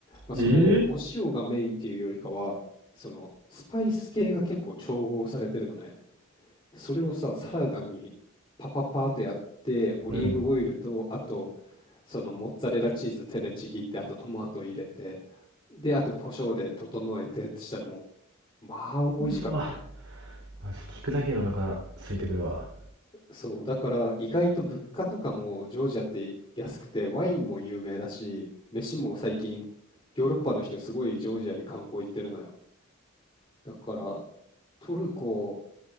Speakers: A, on the left; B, on the right.
A: まあ、
B: ええ
A: それお塩がメインっていうよりかは、そのスパイス系が結構調合されてるのね。それをさ、サラダにパパパーってやって、オリーブオイルと、
B: うん。
A: あと、そのモッツァレラチーズ手でちぎって、あとトマト入れて、で、あと胡椒で整えてってしたらもう、まあ、美味しかったね。
B: うわ。マジ聞くだけでお腹空いてくるわ。
A: そう、だから意外と物価とかもジョージアって安くて、ワインも有名だし、飯も最近、ヨーロッパの人すごいジョージアに観光行ってるのよ。だから、トルコ、